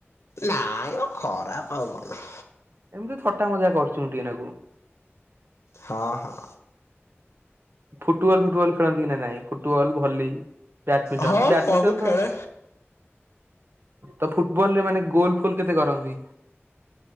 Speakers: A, on the left (about 85°); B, on the right (about 55°).
A: ନାଇଁ ମ ଖରାପ ଆଉ କଣ?
B: ଏମିତି ଥଟା ମଜା କରୁଚି ମୁ ଟିକିଏନାକୁ।
A: ହଁ ହଁ।
B: ଫୁଟବଲ୍ ଫୁଟବଲ୍ ଖେଳନ୍ତି କି ନା ନାଇଁ ଫୁଟବଲ ଭଲି ବ୍ୟାଡମିଣ୍ଟନ
A: ହଁ
B: ବ୍ୟାଡମିଣ୍ଟନ
A: ସବୁ ଖେଳେ।
B: ତ ତ ଫୁଟବଲ ରେ ମାନେ ଗୋଲ ଫୋଲ କେତେ କରନ୍ତି?